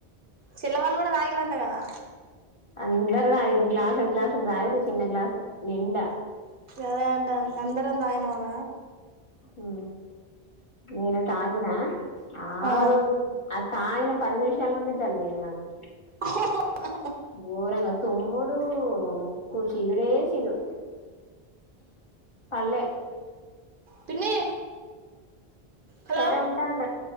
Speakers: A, on the right; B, on the left.
A: చిల్ల వాళ్ళు కూడా తాగిలంట కదా
B: అందర తాగిర్రు గ్లాస్ గ్లాస్ అ ఆయదు చిన్న గ్లాస్ నిండా
A: అదే అంటాంది అందరం తగినామ
B: ఊ నేను తాగిన
A: ఆ
B: ఆరు తాగిన పది నిమిషాల నుండే జలుబు అయింది నాకు
A: ఆహాహా
B: గోరంగా తుమ్ముడు ముక్కు చీదుడే చీదుడు పల్లె
A: పిన్నీ హలో
B: సరే ఉంటాను